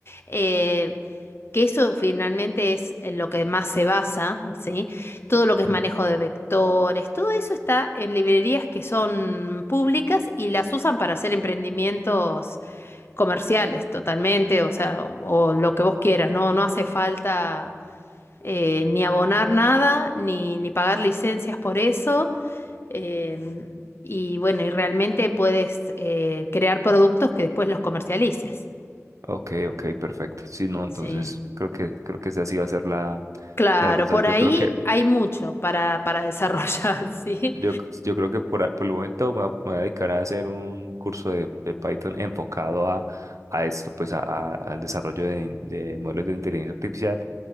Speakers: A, on the left; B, on the right.
A: eh, que eso finalmente es en lo que más se basa, ¿sí? Todo lo que es
B: Ujú.
A: manejo de vectores, todo eso está en librerías que son públicas y las usan para hacer emprendimientos comerciales totalmente, o sea, o, o lo que vos quieras, ¿no? No hace falta eh, ni abonar nada, ni, ni pagar licencias por eso. em, y bueno, y realmente puedes eh, crear productos que después los comercialices.
B: Ok, ok, perfecto. Si no, entonces
A: Sí.
B: creo que, creo que esa sí va a ser la,
A: Claro,
B: la ruta.
A: por
B: Yo
A: ahí
B: creo que,
A: hay mucho para, para desarrollar, <laughs> ¿sí?
B: yo, yo creo que por, a- por el momento me voy a, me voy a dedicar a hacer un curso de, de Python enfocado a, a esto, pues a, a- al desarrollo de, in- de modelos de inteligencia artificial